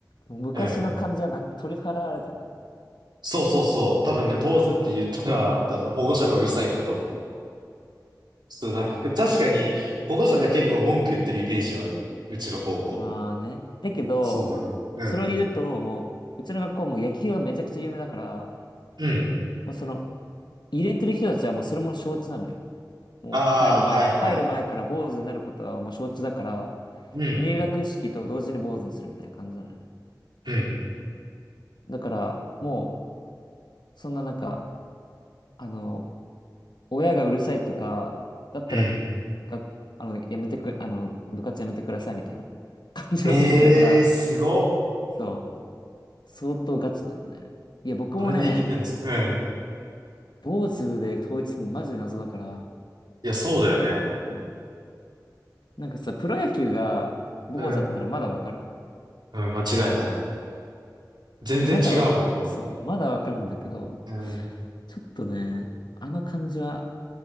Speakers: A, on the left; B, on the right.
A: もう昔の感じはな、
B: うん。
A: 取り払われてんだね。
B: そうそうそう。多分ね、坊主って言ったら、多分保護者がうるさいんだと思う。そう、なんか、確かに保護者が結構文句言ってるイメージはある。うちの高校。
A: ああね。だけど、
B: そうなの、ね。うん。
A: それを言うと、もう、うちの学校も野球がめちゃくちゃ有名だから、
B: うん。
A: まあ、その、入れてる人たちはもうそれも承知なのよ。もう入る前、
B: ああ、はいはい。
A: 入る前から坊主になることはもう承知だから、
B: うん。
A: 入学式と同時に坊主にするみたいな感じなのよ。
B: うん。
A: だから、もう、そんななんか、あの、親がうるさいとか、だったら、
B: うん。
A: が、あの、やめてく、あの、部活やめてくださいみたいな感じの雰囲気だから、
B: ええー、すごっ。
A: そう、相当ガチなのね。いや、僕もね、
B: それでいけてるんですかうん。
A: 坊主で統一するのマジで謎だから、
B: いや、そうだよね。
A: そう。なんかさ、プロ野球が坊主だったらまだわかるわ。
B: うん。うん、間違いない。全然違うもんね。
A: まだわ、そう、まだわかるんだけど、
B: うん。
A: ちょっとね、あの感じは